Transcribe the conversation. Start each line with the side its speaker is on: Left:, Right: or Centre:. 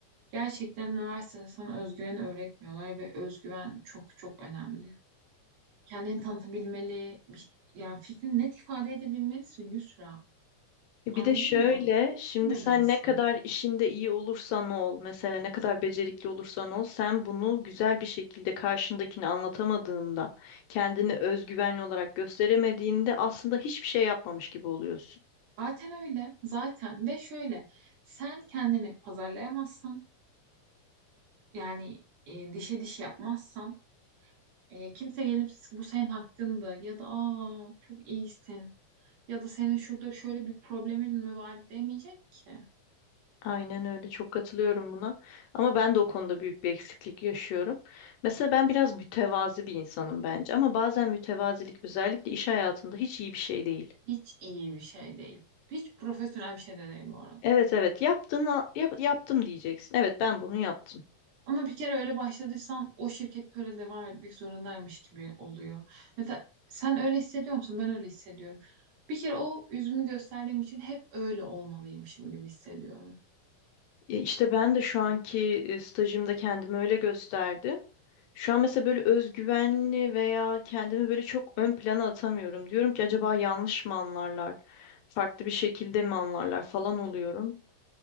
Right: gerçekten üniversitede sana özgüveni öğretmiyorlar ve özgüven çok çok önemli. Kendini tanıtabilmeli, bir- yani fikrini net ifade edebilmelisin Yusra.
Left: E,
Right: Anladın
Left: Bir de şöyle,
Right: mı?
Left: şimdi
Right: Bilmemelisin.
Left: sen ne kadar işinde iyi olursan ol, mesela ne kadar becerikli olursan ol, sen bunu güzel bir şekilde karşındakini anlatamadığında, kendini özgüvenli olarak gösteremediğinde aslında hiçbir şey yapmamış gibi oluyorsun.
Right: Zaten öyle. Zaten ve şöyle sen kendini pazarlayamazsan Yani e, dişe diş yapmazsan e, kimse gelip bu senin hakkında ya da aa çok iyisin ya da senin şurada şöyle bir problemin mi var demeyecek ki.
Left: Aynen öyle, çok katılıyorum buna. Ama ben de o konuda büyük bir eksiklik yaşıyorum. Mesela ben biraz mütevazi bir insanım bence ama bazen mütevazilik özellikle iş hayatında hiç iyi bir şey değil.
Right: Hiç iyi bir şey değil. Hiç profesyonel bir şey de değil bu arada.
Left: Evet evet yaptın, yap, yaptım diyeceksin. Evet ben bunu yaptım.
Right: Ama bir kere öyle başladıysan o şirket öyle devam etmek zorundaymış gibi oluyor. Mesela sen öyle hissediyor musun? Ben öyle hissediyorum. Bir kere o üzümü gösterdiğim için hep öyle olmalıymışım gibi hissediyorum.
Left: Ya İşte ben de şu anki e, stajımda kendimi öyle gösterdim. Şu an mesela böyle özgüvenli veya kendimi böyle çok ön plana atamıyorum. Diyorum ki acaba yanlış mı anlarlar? Farklı bir şekilde mi anlarlar falan oluyorum.